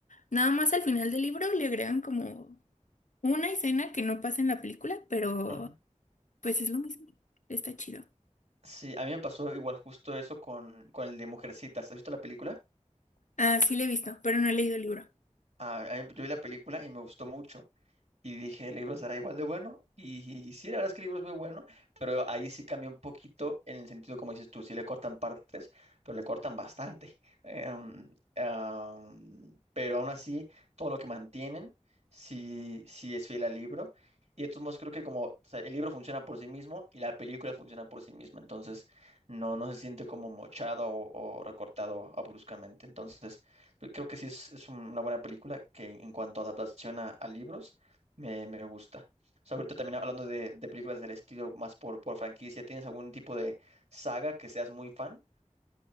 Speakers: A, on the left; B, on the right.
A: Nada más al final del libro le agregan como una escena que no pasa en la película, pero
B: ujú.
A: pues es lo mismo. Está chido.
B: Sí, a mí me pasó igual justo eso con, con el de Mujercitas. ¿Has visto la película?
A: Ah, sí, le he visto, pero no he leído el libro.
B: Ah, a mí- yo vi la película y me gustó mucho. Y dije, el libro será igual de bueno. Y, y sí, la verdad es que el libro es muy bueno, pero ahí sí cambió un poquito en el sentido, como dices tú, sí le cortan partes, pero le cortan bastante. <laughs> Em, am, pero aún así, todo lo que mantienen, sí, sí es fiel al libro. Y de todos modos, creo que como o sea, el libro funciona por sí mismo y la película funciona por sí misma, entonces no, no se siente como mochado o, o recortado bruscamente. Entonces, pues, creo que sí es, es una buena película que en cuanto a adaptación a, a libros me, me gusta. O sea, ahorita también hablando de, de películas del estilo más por, por franquicia, ¿tienes algún tipo de saga que seas muy fan?